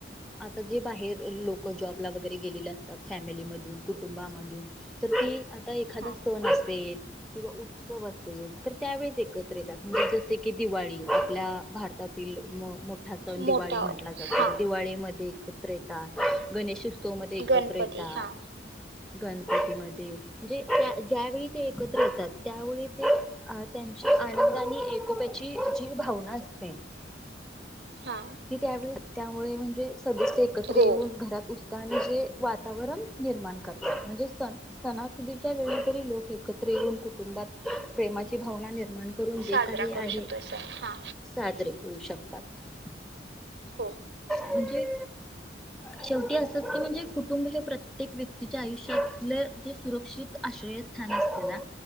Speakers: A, in the centre; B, on the right.
A: आता जे बाहेर लोक जॉबला वगैरे गेलेले असतात, फॅमिलीमधून कुटुंबामधून तर ते एखादा
B: हा
A: सण असेल किंवा उत्सव असेल तर त्यावेेळेस एकत्र येतात, म्हणजे जसे की दिवाळी आपल्या भारतातील मोठ हा सण दिवाळी
B: मोठा
A: म्हटला जातो
B: हा
A: दिवाळीमध्ये पुत्र येतात गणेश उत्सव, <unintelligible> मध्ये एकत्र
B: गणपती
A: येतात,
B: हा
A: गण म्ध्ये जी ज्यावेळी ते एकत्र होतात त्यावेळी ते अ त्यांची आनंद आणि एकोप्याचीजी भावना असते. तेथ
B: हा
A: कि, त्यावेळी त्यामुळे म्हणजे सदस्य एकत्र येऊन
B: हो
A: घरात जे वातावरण निर्माण करतात. म्हणजे सण सणासुदीच्या वेळी जरी लोक एकत्र येऊन कुटुंबात प्रेमाची भावना निर्माण करून
B: साजरा
A: जे काही
B: करू
A: आहे,
B: शकतोय सण हा
A: साजरे करू शकता. तात
B: हो
A: म्हणजे शेवटी अस की म्हणजे कुटुंब हे प्रत्येक व्यक्तीच्या आयुष्यातले जे सुरक्षित आश्रय स्थान असते ना